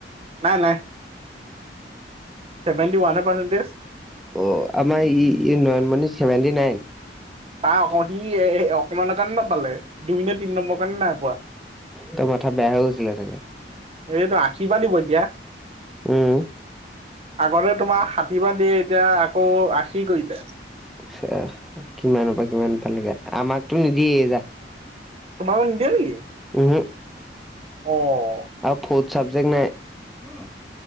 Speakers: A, on the right (about 35°); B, in the centre.
A: নাই নাইেভেণ্টি পাৰ্চটেজ
B: অ আমাৰ ই নয়নমণি চছেভেনটি নাইন
A: তাৰ সি এ অকমানৰ কাৰণে নাপালে দুই নে তিনি নম্বৰ কাৰণে নাই পোৱা
B: ত কথা বেয়া হৈ আছিলে চাগে
A: এইটো আশীৰ্বাদ দিব এতিয়া
B: উম
A: আগতে তোমাৰ ষাঠি বাাৰ দে এতিয়া আকৌ আশী কৰিলে
B: আচ্ছা কিমানৰ পৰা কিমান পালেগে আমাকতো নিদিয়ে যা
A: তোমালোকক নিদিয়ে নেকি
B: উমহু
A: অ
B: আৰু ফৰ্থ চাবজেক্ট নাই